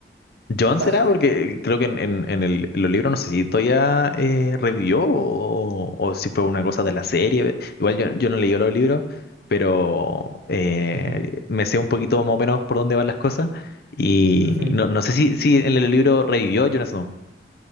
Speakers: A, on the left (about 60°); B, on the right (about 80°).
A: ¿John
B: Ay,
A: será? Porque creo que en, en- en el, en los libros no sé si todavía eh, revivió o, o si fue una cosa de la serie. Igual yo, yo no leí los libros, pero eh,
B: ujú,
A: me sé un poquito más o menos por dónde van las cosas. Y
B: ujú.
A: no, no sé si, si en el libro revivió Jon Snow.